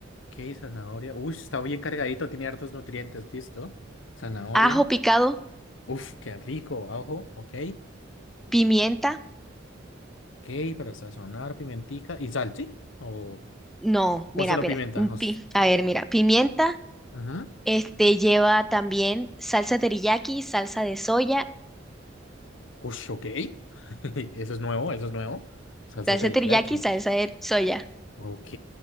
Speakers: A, on the left; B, in the centre.
A: Ok, zanahoria. Uy, está bien cargadito, tiene hartos nutrientes, listo. Zanahoria.
B: ajo picado,
A: Uf, qué rico, ajo, ok.
B: pimienta,
A: Ok, para sazonar, pimentica y sal, ¿sí? O,
B: no,
A: o
B: mira,
A: solo
B: mira,
A: pimienta,
B: mm,
A: o s-
B: pi- a ver, mira, pimienta,
A: Ajá.
B: este lleva también salsa teriyaki, salsa de soya,
A: Ush, ok. <laughs> Eso es nuevo, eso es nuevo. Salsa
B: salsa
A: teriyaki.
B: teriyaki, salsa de soya.
A: Ok.